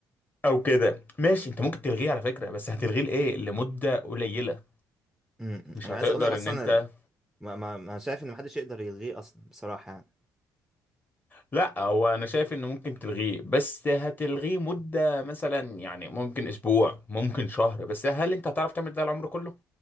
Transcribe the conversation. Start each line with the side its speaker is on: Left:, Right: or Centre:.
Left: او كده ماشي انت ممكن تلغيه على فكره بس هتلغيه لايه لمده قليله
Centre: امم
Left: مش
Centre: انا
Left: هتقدر
Centre: عايز اقول لك اصلا
Left: ان انت
Centre: ال... ما ما ما شايف ان محدش يقدر يلغيه اصلا بصراحة يعني
Left: لا هو انا شايف انه ممكن تلغيه بس هتلغيه مدة مثلا يعني ممكن اسبوع ممكن شهر بس هل انت هتعرف تعمل ده العمر كله